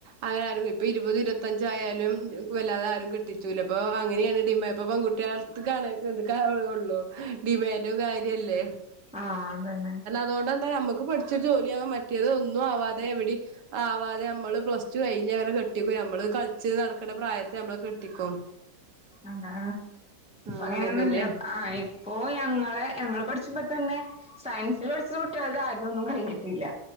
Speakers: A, on the right; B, in the centre.
A: അങ്ങനെ ആരും ഇപ്പൊ ഇരുപത് ഇരുപത്തഞ്ചയാലും വല്ലാതെ ആരും കെട്ടിച്ചൂല ഇപ്പൊ അങ്ങനെയാണ് ഡിമാ ഇപ്പൊ പെൺകു കുട്ട്യേളട്ത്ത്ക്കാണ് ഇത്ക്ക ഉള്ളൂ ഡിമാൻഡോ കാര്യല്ലേ
B: ആഹ് അതന്നെ
A: അതൊണ്ടെന്താ നമ്മക്ക് പഠിച്ചൊരു ജോലിയാവാൻ മറ്റേത് ഒന്നു ആവാതെ എവിടി ആവാതെ നമ്മള് പ്ലസ് ടു കഴിഞ്ഞ് അങ്ങനെ കെട്ടിക്കും ഞമ്മള് കളിച്ച് നടക്കണ്ട പ്രായത്തെ നമ്മളെ കെട്ടിക്കും
B: അതാ
A: ആണ്
B: അങ്ങനെയാന്നല്ലോ
A: പിന്നെ
B: ആഹ് ഇപ്പോ ഞങ്ങളെ ഞങ്ങള് പഠിച്ചപ്പോ തന്നെ സയൻസിൽടിച്ച കുട്ടികളത് ആരതൊന്നും കഴിഞ്ഞിട്ടില്ല